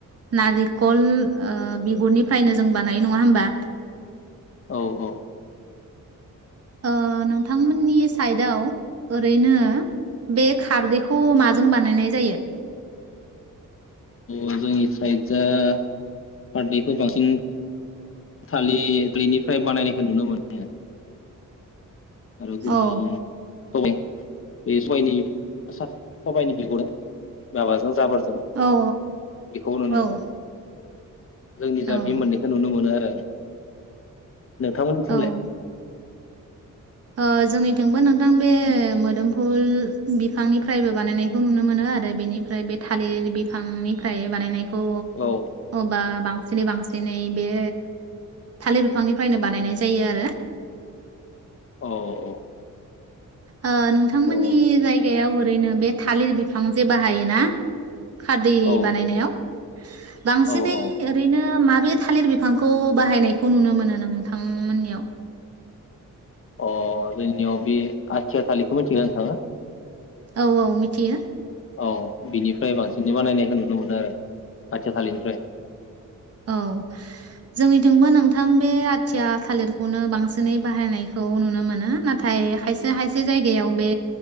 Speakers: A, on the right; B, on the left.
A: नारिखल ओ बिगुरनिफ्रायनो जों बा नायो नङा होमबा?
B: औ औ।
A: ओ नोंथांमोननि साइदआव ओरैनो बे खारदैखौ माजों बानायनाय जायो?
B: औ जोंनि साइदजा खारदैखौ बांसिन थालिर बेनिफ्राय बानायनायखौ बांसिन नुनो मोनो। आरो गुबुन
A: औ
B: <unintelligible> बे सबायनि सबायनि बिगुरा माबाजों जाबोर जों
A: औ
B: बेखौ नुनो
A: औ
B: मोनो
A: औ
B: जोंनिजा
A: औ
B: बे मोननैखौ नुनो मोनो आरो। नोंथांमोननिथिंलाय?
A: औ ओ जोंनिथिंबो नोंथां बे मोदोमफुल बिफांनिफ्रायबो बानायनायखौ नुनो मोनो आरो बेनिफ्राय बे थालिर बिफांनिफ्राय बानायनाय खौ
B: औ
A: बा बांसिनै बांसिनै बे थालिर बिफांनिफ्रायनो बानायनाय जायो आरो।
B: औ औ।
A: ओ नोंथांमोननि
B: औ
A: जायगायाव ओरैनो बे थालिर बिफां जे बाहायोना खारदै
B: औ
A: बानायनायाव बांसिनै
B: औ औ
A: ओरैनो माबे थालिर बिफांखौ बाहायनायखौ नुनो मोनो नों नोंथांमोननियाव?
B: अ जोंनियाव बे आथिया थालिरखौ मिथिगौना नोंथाङा?
A: औ औ मिथियो।
B: औ बिनिफ्राय बांसिनै बानायनायखौ नुनो मोनो आरो आथिया थिलिरनिफ्राय।
A: औ जोंनिथिंबो नोंथां बे आथिया थालिरखौनो बांसिनै बाहायनायखौ नुनो मोनो नाथाय खायसे खायसे जायगायाव बे